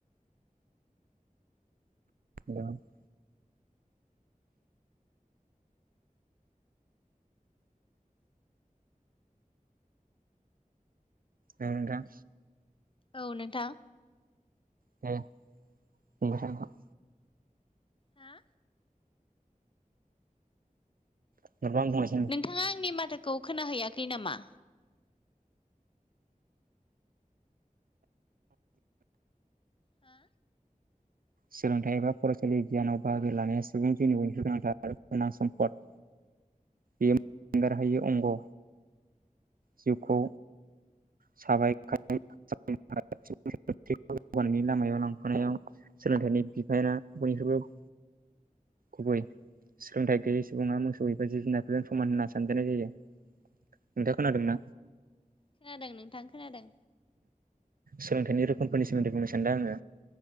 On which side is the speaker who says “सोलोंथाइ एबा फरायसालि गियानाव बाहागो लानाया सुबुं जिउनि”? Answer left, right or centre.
Right